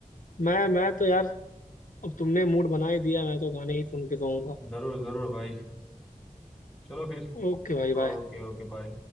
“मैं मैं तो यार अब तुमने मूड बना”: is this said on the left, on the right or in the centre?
Left